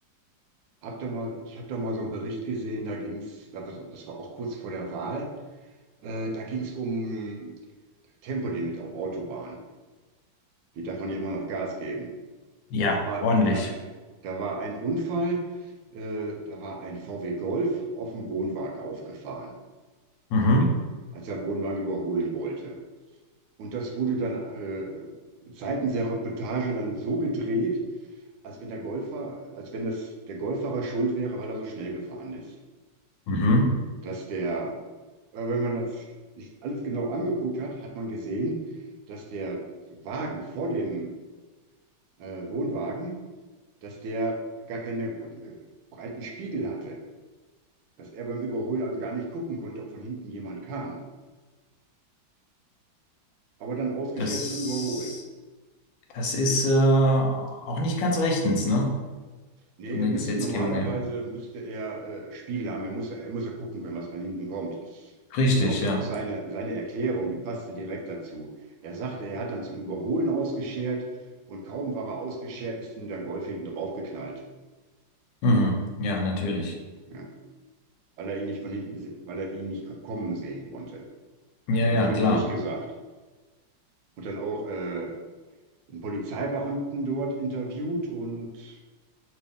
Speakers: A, on the right (about 80°); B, on the left (about 80°).
A: Hab da mal, ich habe da mal so einen Bericht gesehen, da ging's, da war- so, das war auch kurz vor der Wahl, äh, da ging's um Tempolimit auf Autobahnen. Hier darf man ja immer noch Gas geben.
B: Ja,
A: War,
B: ordentlich.
A: da, da war ein Unfall, äh, da war ein VW Golf auf dem Wohnwagen aufgefahren.
B: Mhm.
A: als er Wohnwagen überholen wollte. Und das wurde dann äh, seitens der Reportage dann so gedreht, als wenn der Golfer, als wenn das der Golffahrer schuld wäre, weil er so schnell gefahren ist.
B: Mhm.
A: Dass der, äh, wenn man das sich alles genau angeguckt hat, hat man gesehen, dass der Wagen vor dem äh, Wohnwagen, dass der gar keine äh, breiten Spiegel hatte. Dass er beim Überholen also gar nicht gucken konnte, ob von hinten jemand kam. Aber dann ausgeschert
B: Das,
A: zum Überholen.
B: das ist äh, auch nicht ganz rechtens, ne?
A: Nee,
B: Von
A: er
B: der
A: müsste
B: Gesetzgebung
A: normalerweise,
B: her.
A: müsste er äh, Spiegel haben. Er muss, ja- er muss ja gucken können, was von hinten kommt.
B: Richtig,
A: Und auch,
B: ja.
A: auch seine, seine Erklärung, die passte direkt dazu. Er sagte, er hat dann zum Überholen ausgeschert und kaum war er ausgeschert, ist ihm der Golf hinten draufgeknallt.
B: Mhm. Ja, natürlich.
A: Ja, weil er ihn nicht von hinten, se- weil er ihn nicht ko- kommen sehen konnte.
B: Ja,
A: Hat er
B: ja,
A: natürlich
B: klar.
A: nicht gesagt. Und dann auch äh, einen Polizeibeamten dort interviewt und